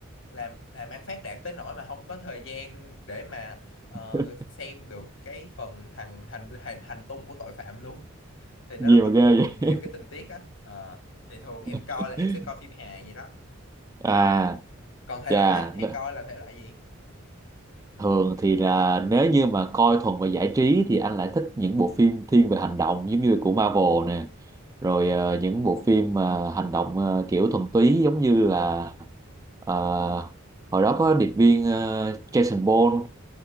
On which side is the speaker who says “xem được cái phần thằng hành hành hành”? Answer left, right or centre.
Left